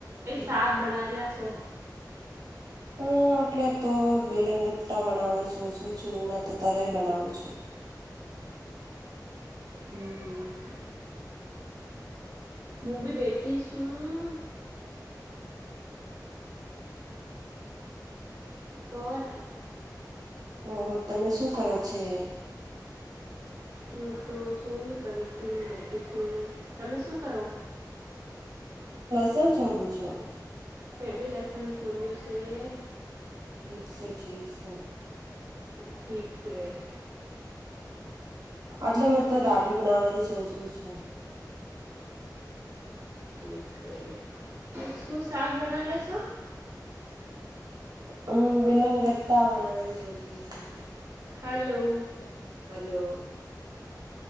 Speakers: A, on the right; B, on the right.
A: સાક બણાર્યા સો.
B: હ એટલે તો બેલગટ્ટા બનાવવાની સોચું છું ના તો તરેય બનાવું છું.
A: હમ્મ. હું બી બેઠી છુંઉઉ.
B: હમ્મ.
A: ઓર.
B: અહ તમે શું કરો છે.
A: હું તો સોની કરું છું, બેઠું છું. તમે શું કરો?
B: ચલ છોલું છું.
A: હબે લસણ છોલ્યો છે એ.
B: ઠીક છે, ઠીક છે.
A: ઠીક છે <inaudible>
B: એટલે હું તો રાબડી બનાવાની સોચરું છું.
A: ઠીક છે શું શાક બનારીયા છો?
B: હમ્મ બેલંગ ગટ્ટા બનાવાની સોચરું છું.
A: હલો.
B: હલો.